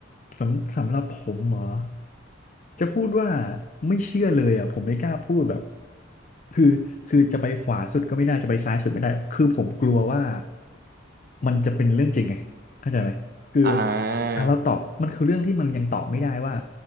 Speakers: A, on the left; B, on the right.
A: สำสำหรับผมเหรอจะพูดว่าไม่เชื่อเลยอ่ะผมไม่กล้าพูดแบบคือคือจะไปขวาสุดก็ไม่ได้จะไปซ้ายสุดไม่ได้คือผมกลัวว่ามันจะเป็นเรื่องจริงไงเข้าใจไหมคือ
B: อ่า
A: อ่ะเราตอบมันคือเรื่องที่มันยังตอบไม่ได้ว่า